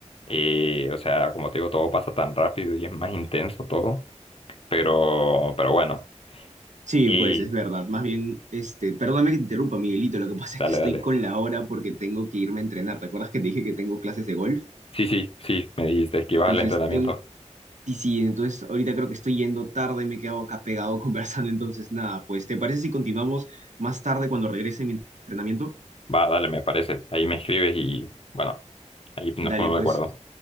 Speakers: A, on the left; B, on the right.
A: eh, o sea, como te digo, todo pasa tan rápido y es más intenso todo, pero, pero bueno,
B: Sí,
A: y
B: pues es verdad. Más bien, este, perdóname que te interrumpa, Miguelito. Lo que pasa
A: dale,
B: es que estoy
A: dale.
B: con la hora porque tengo que irme a entrenar. ¿Te acuerdas que te dije que tengo clases de golf?
A: Sí, sí, sí, me dijiste que ibas
B: Entonces,
A: al entrenamiento.
B: tengo, y sí, entonces ahorita creo que estoy yendo tarde, me he quedado acá pegado <laughs> conversando. Entonces, nada, pues, ¿te parece si continuamos más tarde cuando regrese mi entrenamiento?
A: Va, dale, me parece. Ahí me escribes y bueno, ahí nos
B: Dale,
A: ponemos
B: pues,
A: de acuerdo.